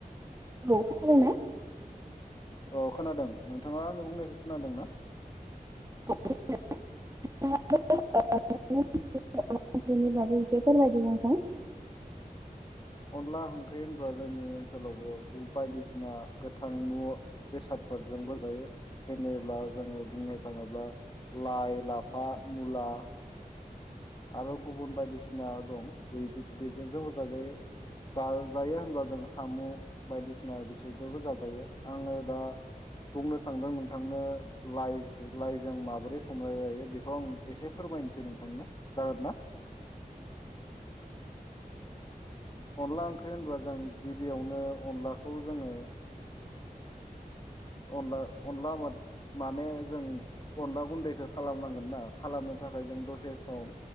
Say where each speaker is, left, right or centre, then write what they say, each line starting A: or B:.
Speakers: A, on the right; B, on the left.
A: औ खोनादोंना?
B: अ खोनादों नोंथाङा आंनि बुंनायखौ खोनादों ना
A: <unintelligible> <unintelligible> बेफोरनि बागै इसे फोरमायथिना हो <unintelligible>
B: अनला ओंख्रि होनब्ला जोंनि ओनसोलावबो बु बायदिसिना गोथां मु बेसादफोरजोंबो जायो जेने ब्ला जोङो बुंनो थाङोब्ला लाइ, लाफा, मुला। आरो गुबुन बायदिसिना दं बे बेजोंबो जाजायो। जाजायो होनबा जों सामु बायदिसिना बिसोरजोंबो जाजायो आङो दा बुंनो थांदों नोंथांनो लाइ लाइजों माबोरै संङो बेखौ आं एसे फोरमायनोसै नोंथांनो। जागोन ना? अनला ओंख्रि होनबा जों गिबियावनो अनलाखौ जोङो अनला-अनला माने जों अनला गुन्दैखौ खालामनांगोन ना खालामनो थाखाय जों दसे सम